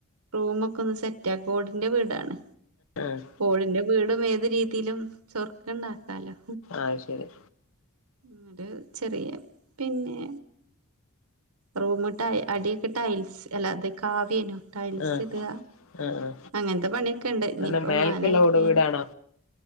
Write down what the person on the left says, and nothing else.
ആഹ്
അയ്ശെരി
ആഹ്
ആഹ് ആഹ്
അല്ല മേലക്ക്ള്ള
ഓട് വീടാണോ